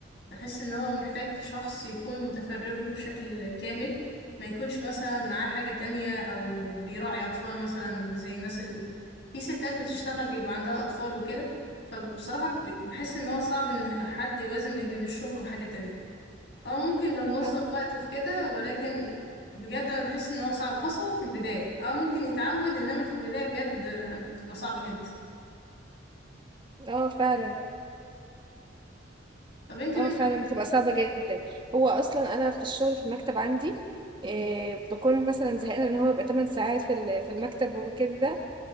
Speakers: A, on the left; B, on the right.
A: بحس ان هو محتاج شخص يكون متفرغ له بشكل كامل ما يكونش مثلا معاه حاجه تانية او بيراعي اطفال مثلا زي الناس ال... في ستات بتشتغل بيبقى عندها اطفال وكده فبصراحه بحس ان هو صعب ان حد يوازن ما بين الشغل وحاجه تانية اه ممكن لو نظم
B: اه
A: وقته في كده ولكن بجد انا بحس ان هو صعب خاصة في البداية اه ممكن يتعود انما في البداية بجد آه، بتبقى صعبة جدا
B: اه فعلا
A: طب انت
B: اه
A: من
B: فعلا
A: اه
B: بتبقى صعبة جدا هو اصلا انا في الشغل في المكتب عندي إيه بكون مثلا زهقانة لان هو بيبقى 8 ساعات في ال- في المكتب وكده